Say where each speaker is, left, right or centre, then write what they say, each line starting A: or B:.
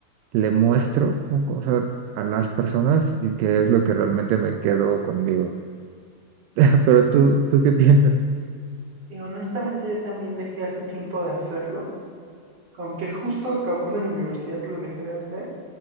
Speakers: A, on the right; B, on the right.
A: le muestro con, o sea, a las personas y qué es lo que realmente me quedo conmigo. <laughs> Pero tú, ¿tú qué piensas?
B: Y honestamente yo también dejé hace tiempo de hacerlo, como que justo acabando la universidad lo dejé de hacer.